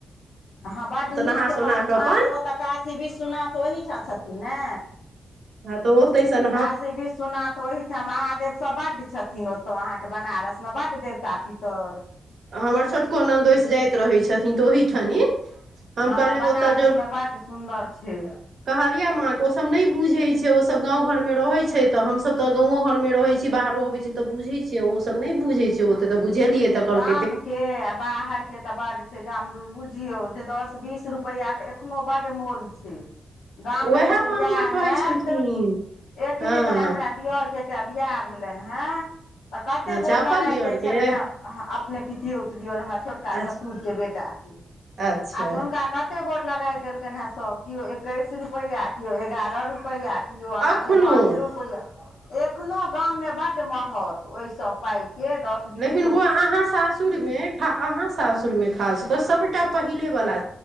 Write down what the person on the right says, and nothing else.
नहा
सोना
कऽ अपन
ह त ओतै सन
हमर छोटको नन्दोइस जाइत रहै छथिन। तऽ ओहीठनी। हम
कहलियै
ओतय
कहलिये माँ के ओ सब ने बुझेय छै, ओ सब गांव घर में रहै छै, त हमसब त गौवो घर में रहे छी बाहरो अबे से त बुझेय छिये ओ सब नै बुझै छै, ओते त बुझेलीये त कह
उएह
माँ हमर कहै
छलखिन
हँ
अच्छा
अपन
दियरके
अच्छा
अच्छा
एखनो
फिर अहाँ सासुर में अहा सासुर में खासक सबटा पहिले बाला।